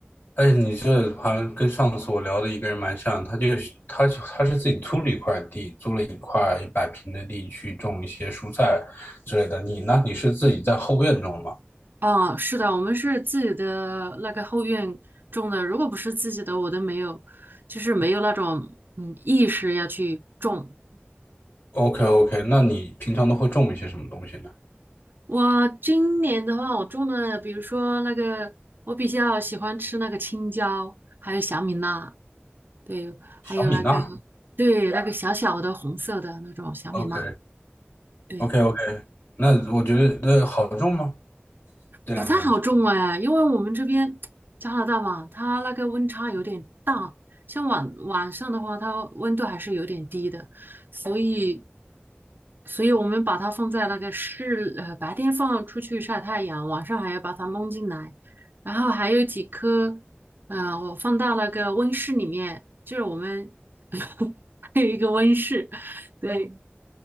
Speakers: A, on the left; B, on the right.
A: 哎，你这好像跟上次我聊的一个人蛮像，他就是他就他是自己租了一块地，租了一块一百平的地去种一些蔬菜之类的。你呢？你是自己在后院种吗
B: 哦，是的，我们是自己的那个后院种的，如果不是自己的，我都没有，就是没有那种嗯意识要去种。
A: ？OK OK，那你平常都会种一些什么东西呢？
B: 我今年的话，我种了，比如说那个，我比较喜欢吃那个青椒，还有小米辣，对，
A: 小米辣。
B: 还有那个，对，那个小小的红色的那种小米辣，
A: OK
B: 对。
A: OK OK，那我觉得那好种吗？这两个东西。
B: 不太好种哎，因为我们这边加拿大嘛，它那个温差有点大，像晚晚上的话，它温度还是有点低的，所以，所以我们把它放在那个室，呃，白天放出去晒太阳，晚上还要把它弄进来，然后还有几棵，呃，我放到那个温室里面，就是我们 <laughs> 还有一个温室，对，